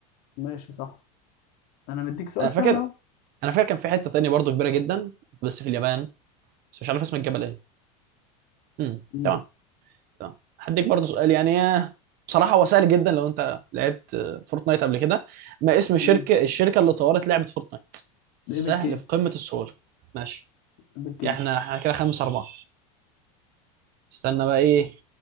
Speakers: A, on the left; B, on the right.
A: ماشي صح انا مديك سؤال
B: انا فاكر
A: سهل اهو
B: انا فاكر كان في حته تانية برضو كبيره جدا بس في اليابان بس مش عارف اسم الجبل ايه امم
A: امم
B: تمام تمام. هديك برضه سؤال يعني آه، بصراحة هو سهل جدا لو أنت لعبت آه، فورتنايت قبل كده ما اسم الشركة
A: امم
B: الشركة اللي طورت لعبة فورتنايت سهل
A: ده ايبك جيمز
B: في قمة السهولة ماشي
A: ايبك جيمز
B: احنا احنا كده خمسة أربعة استنى بقى إيه